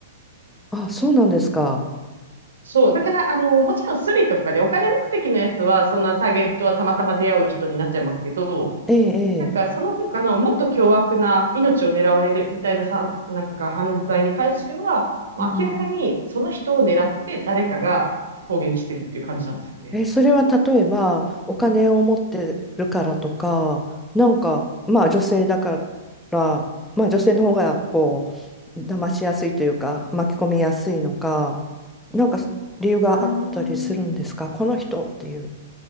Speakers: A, in the centre; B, on the right.
A: あそうなんですか。
B: そう。だから、あの、もちろんスリとかね、お金目的のやつは、そんなターゲットはたまたま出会う人になっちゃいますけど、
A: ええええ
B: なんかその他のもっと凶悪な命を狙われるみたいなさ、なんか犯罪に関しては、まあ、
A: うん
B: 明らかにその人を狙って誰かが攻撃してるっていう感じなんですよね。
A: え、それは例えばお金を持ってるからとか、なんか、まあ女性だから、
B: うん
A: まあ女性の方がこう、騙しやすいというか、巻き込みやすいのか、なんか理由があったりするんですか、
B: あー
A: この人っていう。